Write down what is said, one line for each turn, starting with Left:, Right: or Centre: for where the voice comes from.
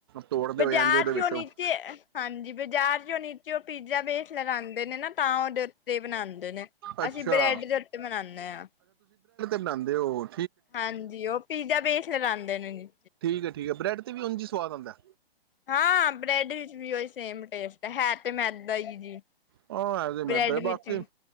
Right: ਤੋੜਦੇ
Left: ਬਾਜ਼ਾਰ
Right: ਹੋਏ ਐਂਜ ਉਹਦੇ ਵਿੱਚੋਂ
Left: ਚੋਂ ਨੀਚੇ, ਹਾਂਜੀ ਬਾਜ਼ਾਰ ਚੋਂ ਨੀਚੇ ਉਹ ਪੀਜ਼ਾ ਵੇਸ ਲਉਂ ਦੇਨ ਨਾ ਤਾਂ ਉਹ ਰੱਤੇ ਬਣਾਉਂਦੇ ਨੇ,
Right: ਅੱਛਾ,
Left: ਅਸੀਂ ਬ੍ਰੈਡ ਦੇ ਓਤੇ ਬਨਾਉਦੇ ਹਾਂ।
Right: ਬਨਾਂਦੇ ਓ, ਉਹ
Left: ਹਾਂਜੀ, ਉਹ ਪੀਜ਼ਾ ਬੇਸ ਕਿਥ ਲਉਂਦੇ ਨੇ ਜੀ
Right: ਠੀਕ ਹੈ, ਠੀਕ ਹੈ, ਬ੍ਰੈਡ ਵੀ ਉਝ ਹੀ ਸਵਾਦ ਆਉਂਦਾ?
Left: ਹਾਂ ਬ੍ਰੈਡ ਵਿੱਚ ਵੀ ਓਹੀ ਸੇਮ ਟੇਸਟ ਹੈ, ਹੈ ਤੇ ਮੈਦਾ ਹੀ ਜੀ।
Right: ਉਹ ਐ ਜ
Left: ਬ੍ਰੈਡ
Right: ਮੈਦਾ, ਬਾਕੀ
Left: ਵਿੱਚ ਵੀ